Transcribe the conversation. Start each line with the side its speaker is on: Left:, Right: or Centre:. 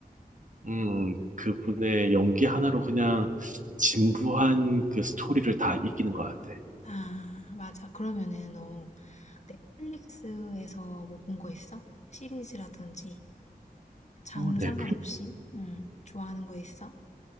Right: 음, 그분의 연기 하나로 그냥 진부한 그 스토리를 다 이기는 것 같아.
Left: 아, 맞아. 그러면은 너 네. 넷플릭스에서 뭐 본거 있어? 시리즈라든지 장르
Right: 어, 넷플릭스?
Left: 상관없이? 응. 좋아하는 거 있어?